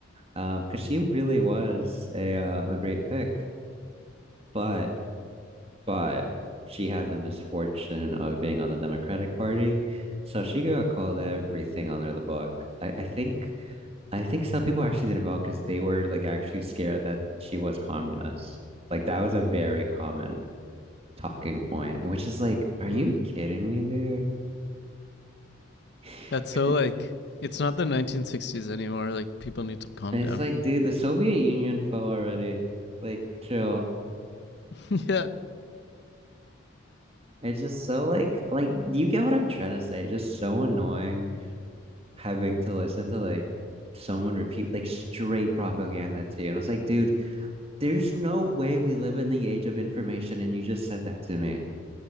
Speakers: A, on the right; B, on the left.
A: um, because she really was a uh, a great pick, but but she had the misfortune of being on the Democratic Party, so she got called everything under the book. I, I think I think some people actually didn't vote because they were like actually scared that she was communist. Like that was a very common talking point, which is like, are
B: Mm,
A: you kidding me, dude? <laughs>
B: that's so
A: Which is
B: like
A: like.
B: it's not the 1960s anymore. Like people need to calm
A: And
B: down.
A: It's like, dude, the Soviet Union fell already. Like, chill.
B: <laughs> yeah,
A: It's just so like like do you get what I'm trying to say? It's just so annoying having to listen to like someone repeat like straight propaganda to you. And it's like, dude, there's no way we live in the age of information and you just said that to me.